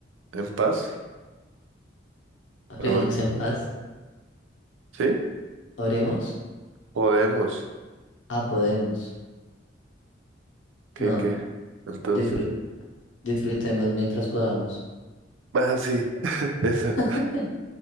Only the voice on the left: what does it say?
¿Oremos
en paz?
¿Oremos?
Ah, podemos.
No,
disfru- disfrutemos mientras podamos.
<laughs>